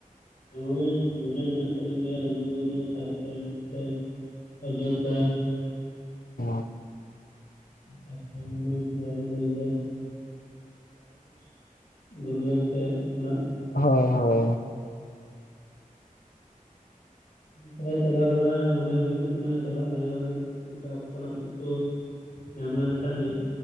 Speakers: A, on the left (about 70°); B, on the left (about 85°).
A: ᱱᱚᱜᱚᱭ ᱢᱚᱱᱮ ᱢᱮᱱᱟᱜ ᱛᱟᱹᱟᱞᱤᱧ ᱜᱮᱭᱟ ᱞᱩᱜᱩ ᱵᱩᱨᱩ ᱛᱟᱯᱚᱨᱮ ᱱᱚᱛᱮ ᱚᱡᱚᱽᱫᱷᱟ᱾
B: <unintelligible>
A: ᱛᱟᱨᱯᱚᱨᱮ <inaudible> ᱞᱟᱹᱭ ᱠᱮᱫᱟ <inaudible> ᱜᱩᱨᱩ ᱜᱚᱢᱠᱮᱭᱟᱜ ᱠᱷᱚᱱᱟᱜ
B: ᱦᱳᱭ ᱦᱳᱭ ᱾
A: ᱚᱱᱠᱟᱭ ᱪᱟᱞᱟᱣ ᱵᱟᱲᱟᱜ ᱢᱚᱱᱮ ᱦᱩᱭᱩᱜ ᱠᱟᱱᱟ ᱪᱟᱞᱟᱜ ᱦᱩᱭᱩᱜᱼᱟ, ᱦᱟᱸᱜ ᱚᱱᱠᱟᱠᱷᱚᱱ ᱟᱯᱮ ᱠᱚ ᱧᱟᱢ ᱞᱮᱱᱠᱷᱟᱱ ᱜᱮ